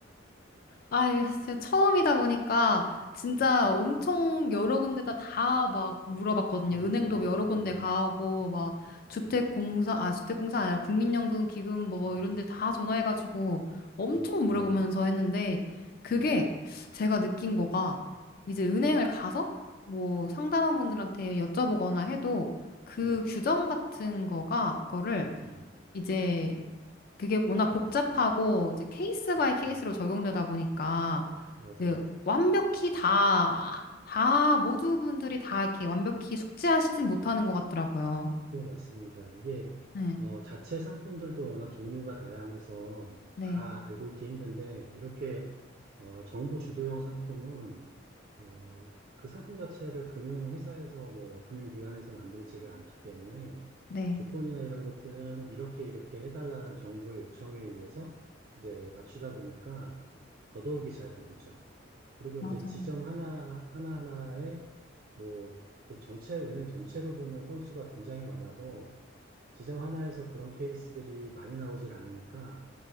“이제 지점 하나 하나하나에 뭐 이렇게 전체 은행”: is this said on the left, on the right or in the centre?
Right